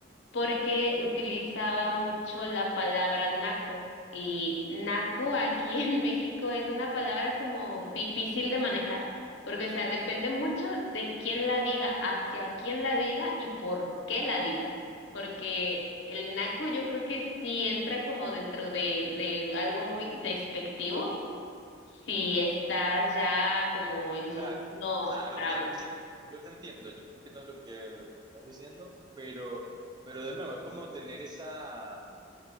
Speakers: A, on the left; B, on the right.
A: porque utilizaba mucho la palabra naco. Y naco aquí <laughs> en México es una palabra como difícil de manejar, porque, o sea, depende mucho de quién la diga, hacia quién la diga y por qué la diga, porque el naco yo creo que sí entra como dentro de, de algo muy despectivo si estás ya como en
B: o sea,
A: un no
B: claro,
A: bravo.
B: claro, es que yo te entiendo, yo te entiendo lo que, lo que me estás diciendo, pero, pero de nuevo, es como tener esa,